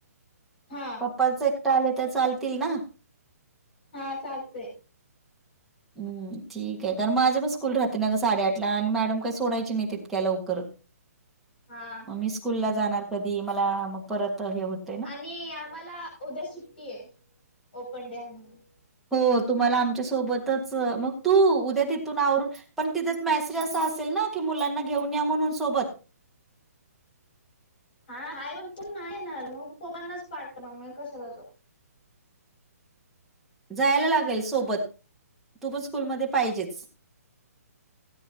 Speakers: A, on the left; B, in the centre.
A: हा.
B: पप्पाच एकटा आले त चालतील ना?
A: हा चालतेय.
B: हम्म ठीके. कारण माझ्या पण स्कूल राहते ना ग साडेआठ ला. आणि मॅडम काही सोडायची नाही इतक्या लवकर.
A: हा.
B: मग मी स्कूल ला जाणार कधी. मला मग परत हे होत.
A: आणि आम्हाला उद्या सुट्टीये. ओपन डे आहे म्हणून.
B: हो तुम्हाला आमच्या सोबतच. मग तू उद्या तिथून आवरून पण तिथे मेसेज असा असेल ना? की मुलांना घेऊन या म्हणून सोबत.
A: हा आहे पण तू नाही येणार मग पप्पानाच पाठव. मग मी कशाला जाऊ?
B: जायला लागेल सोबत. तू पण स्कूलमध्ये पाहिजेच.